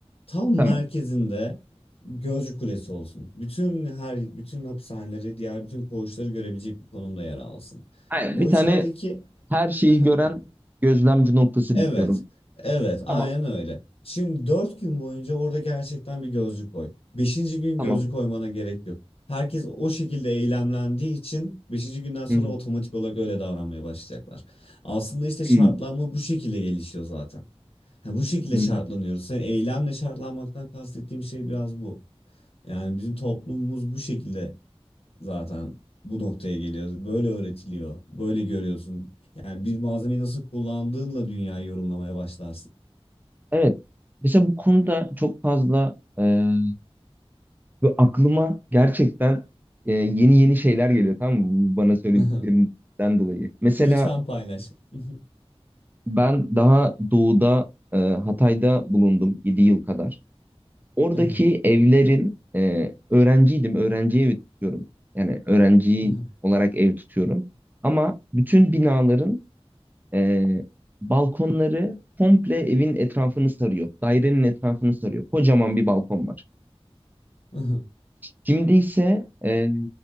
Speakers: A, on the left (about 65°); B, on the right (about 15°).
A: Tam
B: Tamam.
A: merkezinde gözcü kulesi olsun. Bütün her bütün hapishaneleri, diğer bütün koğuşları görebilecek bir konumda yer alsın.
B: Hayır,
A: O
B: bir tane
A: içerideki
B: her şeyi
A: <laughs>
B: gören gözlemci noktası
A: Evet.
B: dikiyorum.
A: Evet. Aynen
B: Tamam,
A: öyle. Şimdi dört gün boyunca orada gerçekten bir gözcü koy. Beşinci gün
B: tamam.
A: gözcü koymana gerek yok. Herkes o şekilde eylemlendiği için beşinci günden sonra
B: Hı hı,
A: otomatik olarak öyle davranmaya başlayacaklar. Aslında işte şartlanma
B: hı
A: bu şekilde gelişiyor zaten. Ha, bu şekilde
B: hı.
A: şartlanıyoruz. Sen eylemle şartlanmaktan kastettiğim şey biraz bu. Yani bizim toplumumuz bu şekilde zaten bu noktaya geliyor. Böyle öğretiliyor. Böyle görüyorsun. Yani bir malzemeyi nasıl kullandığınla dünyayı yorumlamaya başlarsın.
B: Evet. Mesela bu konuda çok fazla e, böyle aklıma gerçekten e, yeni yeni şeyler geliyor tamam mı? Bu Bana söylediklerinden
A: Aha.
B: dolayı. Mesela
A: Lütfen paylaş. <laughs>
B: ben daha doğuda e, Hatay'da bulundum 7 yıl kadar. Oradaki
A: Aha,
B: evlerin e, öğrenciydim. Öğrenci evi tutuyorum. Yani öğrenci
A: aha,
B: olarak ev tutuyorum. Ama bütün binaların e, balkonları komple evin etrafını sarıyor. Dairenin etrafını sarıyor. Kocaman bir balkon var.
A: aha,
B: Şimdi ise e,